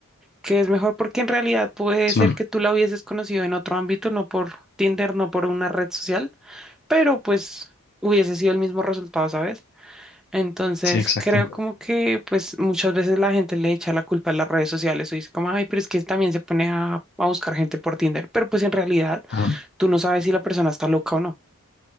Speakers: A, in the centre; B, on the left.
A: qué es mejor, porque en realidad puede
B: Sí,
A: ser que tú la hubieses conocido en otro ámbito, no por Tinder, no por una red social, pero pues hubiese sido el mismo resultado, ¿sabes? Entonces
B: sí, exacto.
A: creo como que pues muchas veces la gente le echa la culpa a las redes sociales o dice como, ay, pero es que también se pone a, a buscar gente por Tinder, pero pues en realidad
B: Ah,
A: tú no sabes si la persona está loca o no,